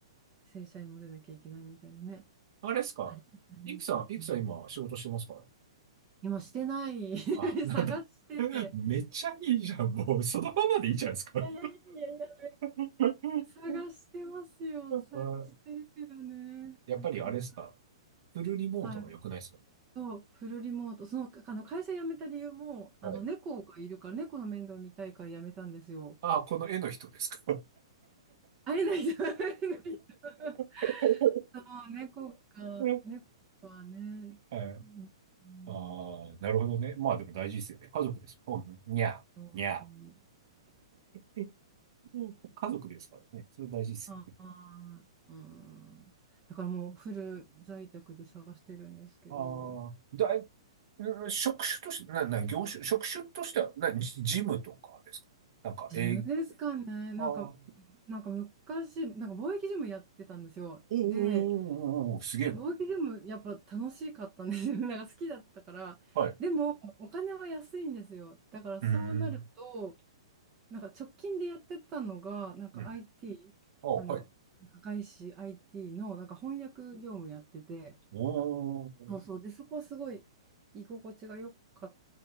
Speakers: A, on the right; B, on the right.
A: 正社員も出なきゃいけないみたいなね。
B: あれっすかいくさん、
A: ありありました。
B: いくさん今仕事してますか
A: うん、今してない。
B: あ、
A: <laughs>
B: なんだ。
A: 探してて。
B: <laughs> めっちゃいいじゃん。もうそのままでいいじゃないですか。
A: いやいやいやいやいや、
B: <laughs>
A: 探してますよ。探してるけどね、
B: あやっぱりあれっすか
A: なかなか。
B: フルリモートが良くないですか
A: はい。そう、フルリモート。その、あの会社辞めた理由も、
B: はい。
A: あの、猫がいるから、猫の面倒見たいから辞めたんですよ。
B: あ、この絵の人ですか
A: 会えないじゃん。<laughs> <laughs>
B: <laughs>
A: ああ、猫か、
B: う
A: 猫はね。
B: はい。
A: うんうん
B: ああ、なるほどね。まあでも大事ですよね。家族ですもんね。にゃー、
A: そううん
B: にゃー。<laughs> うん家族ですからね。それ大事ですよね。
A: ああ、うん。だからもうフル在宅で探してるんですけど、
B: ああ、
A: うん
B: だい、うん職種として、な、な、業種、職種としては、な、ジジムとかですかなんか、
A: ジムですかね。
B: えー、
A: なんか、
B: ああ、お
A: なんか昔、なんか貿易ジムやってたんですよ。
B: ーおーおーすげえな。
A: で、で貿易ジムやっぱ楽しかったんですよ。<laughs> なんか好きだったから。
B: はい。う
A: でも、お金は安いんですよ。だからそうなると、
B: ーん。
A: なんか直近でやってたのが、なんか
B: うん。
A: IT、
B: ああ、
A: あの、
B: はい。
A: なんか外資 IT のなんか翻訳業務やってて、
B: おお、
A: そうそう、で、そこはすごい居心地が良かっ